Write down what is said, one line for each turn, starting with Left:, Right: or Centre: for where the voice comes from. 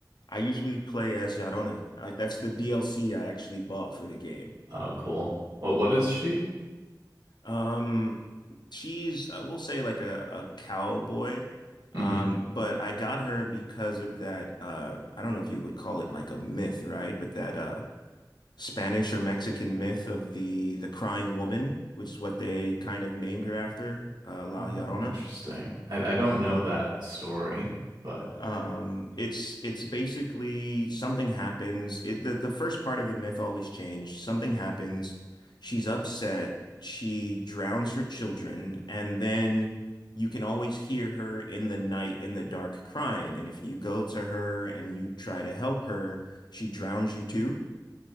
Left: I usually play as Yarona. Like that's the DLC I actually bought for the game.
Right: Oh, cool. What what is she?
Left: Um, she's I will say like a, a cowboy. Um,
Right: hmm
Left: but I got her because of that uh I don't know if you would call it like a myth, right? But that uh Spanish or Mexican myth of the the crying woman, which is what they kind of named her after, uh La
Right: Oh,
Left: Llorona.
Right: interesting. I, I don't know that story, but
Left: Um, it's it's basically something happens. It, the the first part of the myth always changed. Something happens. She's upset. She drowns her children, and then you can always hear her in the night in the dark crying. And if you go to her and you try to help her, she drowns you too.